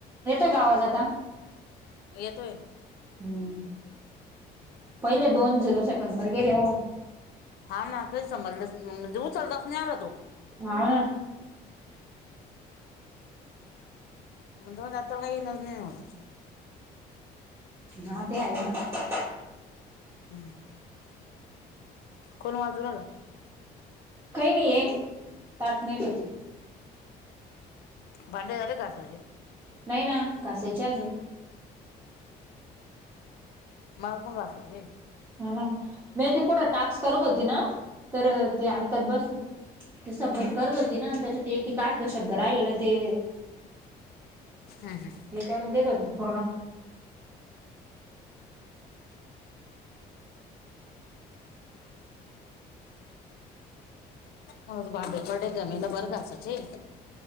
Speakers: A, on the right; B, on the left.
A: येतोय का आवाज आता?
B: येतोय.
A: हम्म, पहिले दोन झिरो सेकंदवर गेले हो.
B: हां ना काही समजलेच अम्म म्हणजे उचलताच नाही आला तो.
A: हाव ना.
B: <unintelligible>
A: हां ते आहे म्हणा.
B: हम्म कोण वाजू <unintelligible>
A: काही नाही ये ताट नेत होती.
B: भांडे झाले घासायचे?
A: नाही ना घासायचे अजून.
B: मला पण घासायचे.
A: हो ना, मी ते पुढं टास्क करत होती ना, तर ते
B: हम्म
A: ऐकत बसले होती. ते सबमिट करत होती ना त्याच्यात एक एक अर्ध शब्द राहिलेलं ते
B: हां हां.
A: हे करून <unintelligible> पूर्ण.
B: माझं भांड पडले घमेलभरं घासायचे.